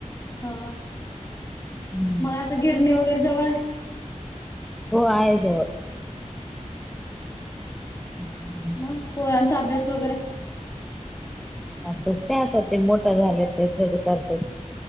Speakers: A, on the left; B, in the centre.
A: हा
B: हम्म.
A: मग असं गिरणी वगैरे जवळ आहे.
B: हो आहे जवळ
A: हम्म हम् <inaudible>
B: <inaudible>
A: मग पोरांचा अभ्यास वगैरे
B: अभ्यास काय आता ते मोठ झालेत ते तेचे करतात.